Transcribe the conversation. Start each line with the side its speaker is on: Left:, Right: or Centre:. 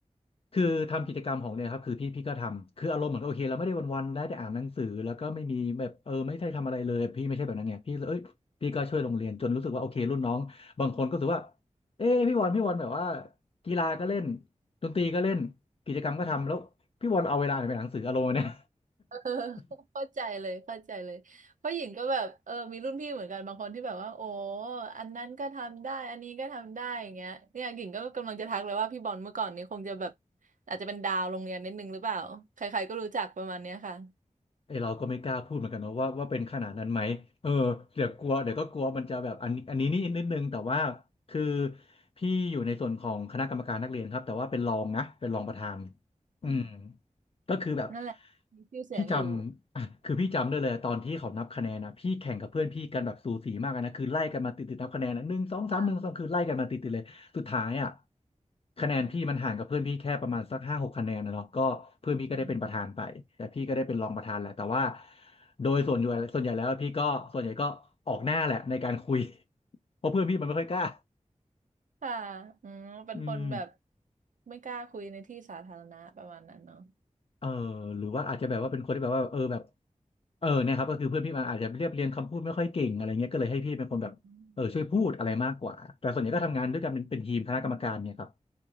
Left: คือทำกิจกรรมของเนี่ยครับคือพี่พี่ก็ทำคืออารมณ์เหมือนโอเคเราไม่ได้วันๆได้แต่อ่านหนังสือแล้วก็ไม่มีแบบเออไม่ได้ทำอะไรเลยพี่ไม่ใช่แบบนั้นไงพี่เลยเอ้ยพี่ก็ช่วยโรงเรียนจนรู้สึกว่าโอเครุ่นน้องบางคนก็รู้สึกว่าเอ้พี่วันพี่วันแบบว่ากีฬาก็เล่น ดนตรีก็เล่นกิจกรรมก็ทำแล้วพี่บอลเอาเวลาไหนไปอ่านหนังสืออารมณ์เนี่ย
Right: <laughs> เออ
Left: <laughs>
Right: เข้าใจเลยเข้าใจเลยเพราะหญิงก็แบบเออมีรุ่นพี่เหมือนกันบางคนที่แบบว่าโอ้อันนั้นก็ทำได้อันนี้ก็ทำได้อย่างเงี้ยเนี่ยหญิงก็กำลังจะทักเลยว่าพี่บอลเมื่อก่อนนี้คงจะแบบอาจจะเป็นดาวโรงเรียนนิดนึงหรือเปล่าใครๆก็รู้จักประมาณเนี้ยค่ะ
Left: ไอเราก็ไม่กล้าพูดเหมือนกันเนอะว่าว่าเป็นขนาดนั้นไหมเออเดี๋ยวกลัวเดี๋ยวก็กลัวมันจะแบบอันนี้อันนี้นี่นิดนึงแต่ว่าคือพี่อยู่ในส่วนของคณะกรรมการนักเรียนครับแต่ว่าเป็นรองนะเป็นรองประธานอืม
Right: อืม
Left: ก็คือแบบ
Right: นั่นแหละมีชื่อเสียงอยู่
Left: พี่จำ <laughs> อ่ะคือพี่จำได้เลยตอนที่เขานับคะแนนนะพี่แข่งกับเพื่อนพี่กันแบบสูสีมากอะนะคือไล่กันมาติดติดนับคะแนนนะหนึ่งสองสามหนึ่งสองคือไล่กันมาติดติดเลย
Right: ค่ะ <laughs>
Left: สุดท้ายอ่ะคะแนนพี่มันห่างกับเพื่อนพี่แค่ประมาณสักห้าหกคะแนนนะเนาะก็เพื่อนพี่ก็ได้เป็นประธานไปแต่พี่ก็ได้เป็นรองประธานแหละแต่ว่า
Right: อืม
Left: โดยส่วนใหญ่ส่วนใหญ่แล้วพี่ก็ส่วนใหญ่ก็ออกหน้าแหละในการคุย <laughs> เพราะเพื่อนพี่มันไม่ค่อยกล้า
Right: ค่ะอืมเป็นคนแบบ
Left: อืม
Right: ไม่กล้าคุยในที่สาธารณะประมาณนั้นเนาะ
Left: เออหรือว่าอาจจะแบบว่าเป็นคนที่แบบว่าเออแบบเออเนี่ยครับก็คือเพื่อนพี่มาอาจจะเรียบเรียงคำพูดไม่ค่อยเก่งอะไรเงี้ยก็เลยให้พี่เป็นคนแบบเออช่วยพูดอะไรมากกว่าแต่ส่วนใหญ่ก็ทำงานด้วยกันเป็นเป็นทีมคณะกรรมการเนี่ยครับ
Right: อืม